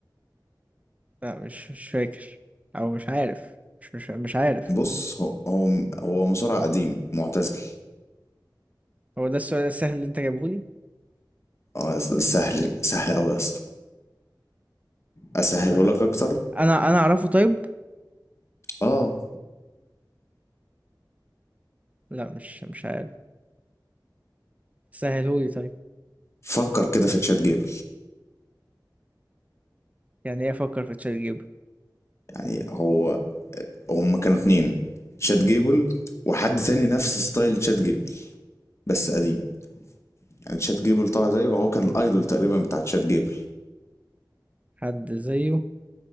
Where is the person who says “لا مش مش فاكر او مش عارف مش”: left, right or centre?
Right